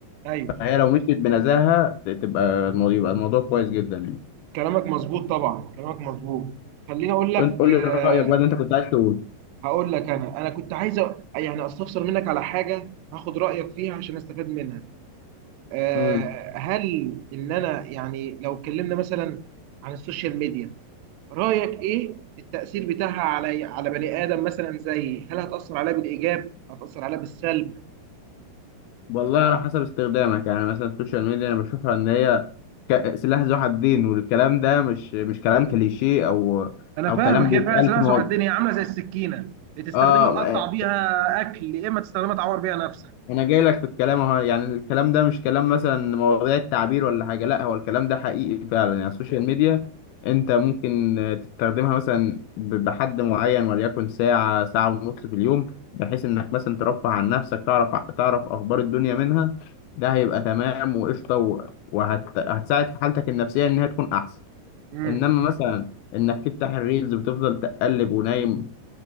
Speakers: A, on the right; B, on the left.
A: ايوه
B: فهي لو مشيت بنزاهه ت- تبقى الموضوع يبقى الموضوع كويس جدا
A: كلامك مظبوط طبعا كلامك مظبوط خليني اقول لك
B: انت قول
A: آه
B: لي رايك بقى اللي انت كنت عايز تقول
A: هقول لك انا انا كنت عايز أ- يعني استفسر منك على حاجه هاخد رايك فيها عشان استفاد منها آه
B: امم
A: هل ان انا يعني لو اتكلمنا مثلا عن السوشيال ميديا رايك ايه في التاثير بتاعها على على بني ادم مثلا زي هل هتاثر عليه بالايجاب هتاثر عليه بالسلب
B: والله على حسب استخدامك يعني مثلا السوشيال ميديا انا بشوفها ان هي ك- سلاح ذو حدين والكلام ده مش مش كلام كليشيه او
A: انا فاهمك
B: او كلام بيتقال
A: هي فعلا سلاح
B: في مواضيع
A: ذو حدين هي عامله زي السكينه يا تستخدمها
B: اه
A: تقطع بيها اكل يا اما تستخدمها تعور بيها نفسك
B: انا جاي لك في الكلام اهو يعني الكلام ده مش كلام مثلا مواضيع التعبير ولا حاجه لا هو الكلام ده حقيقي فعلا يعني السوشيال ميديا انت ممكن آه، تستخدمها مثلا ب- بحد معين وليكن ساعه ساعه ونص في اليوم بحيث انك مثلا ترفه عن نفسك تعرف تعرف اخبار الدنيا منها ده هيبقى تمام وقشطه و- وهت- هتساعد في حالتك النفسيه ان هي تكون احسن
A: امم
B: انما مثلا انك تفتح الريلز وتفضل تقلب ونايم